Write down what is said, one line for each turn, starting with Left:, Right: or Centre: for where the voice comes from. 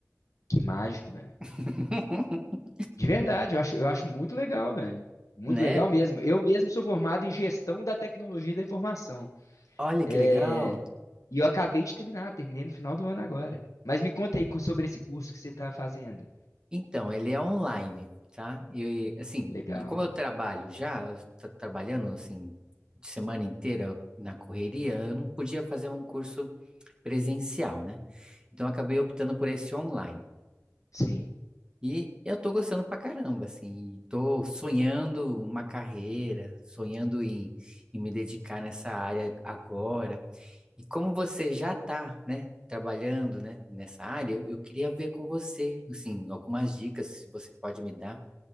Left: Que mágico, velho.
Right: <laughs>
Left: De verdade, eu acho, eu acho muito legal, velho. Muito
Right: né?
Left: legal mesmo. Eu mesmo sou formado em gestão da tecnologia da informação.
Right: Olha
Left: É,
Right: que legal!
Left: E eu acabei de terminar, terminei no final do ano agora. Mas me conta aí co- sobre esse curso que você está fazendo.
Right: Então, ele é online, tá? E assim,
Left: Legal.
Right: e como eu trabalho já, eu tô trabalhando assim semana inteira na correria, eu não podia fazer um curso presencial, né? Então eu acabei optando por esse online.
Left: Sim.
Right: E eu tô gostando pra caramba, assim, e tô sonhando uma carreira, sonhando em, em me dedicar nessa área agora. E como você já está, né, trabalhando, né, nessa área, eu eu queria ver com você, assim, algumas dicas, se você pode me dar.